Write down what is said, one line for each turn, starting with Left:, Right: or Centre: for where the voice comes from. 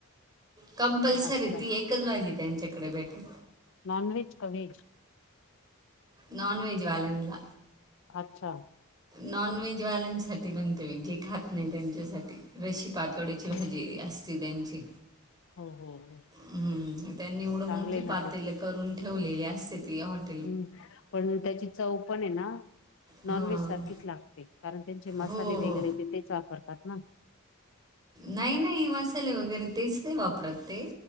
Right: कंपल्सरी
Left: अच्छा
Right: ती एकच भाजी त्यांच्याकडे भेटेल.
Left: नॉनव्हेज का व्हेज?
Right: नॉनव्हेज वाल्यांनला.
Left: अच्छा!
Right: नॉन व्हेजवाल्यांसाठी बनते मी जे खात नाय त्यांच्यासाठी रशी पातोडीची
Left: ओके
Right: भाजी असते त्यांची
Left: हो हो हो
Right: हम्म त्यांनी एवढं
Left: चांगलं
Right: मोठी
Left: आहे ना
Right: पातेल करून ठेवलेली असते ती हॉट
Left: हम् पण त्याची चव पण आहे ना
Right: हां
Left: नॉनव्हेज सारखी लागते कारण त्यांचे मसाले
Right: हो हो
Left: वेगरे ते तेच वापरतात ना
Right: नाही नाही मसाले वगैरे तेच नाही वापरत ते